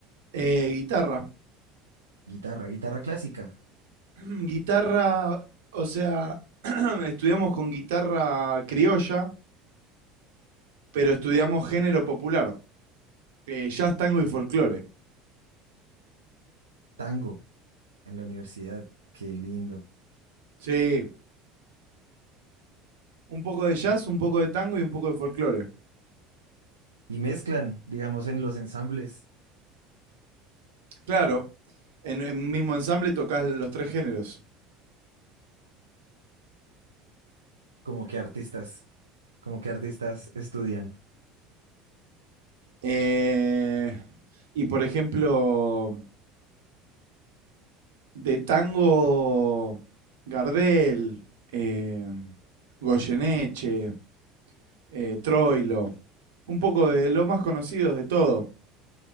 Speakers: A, on the right; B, on the right.
A: eh, guitarra.
B: Guitarra, guitarra clásica,
A: <clears throat> Guitarra, o sea, <clears throat> estudiamos con guitarra criolla pero estudiamos género popular, eh, jazz, tango y folclore.
B: tango en la universidad. Qué lindo.
A: Sí, un poco de jazz,
B: Y,
A: un poco de tango y un poco de folclore.
B: y mezclan, digamos, en los ensambles,
A: Claro, en un mismo ensamble tocas los tres géneros.
B: como que artistas, como que artistas estudian.
A: Eh, y por ejemplo, de tango, Gardel, eh, Goyeneche, eh, Troilo, un poco de los más conocidos de todo.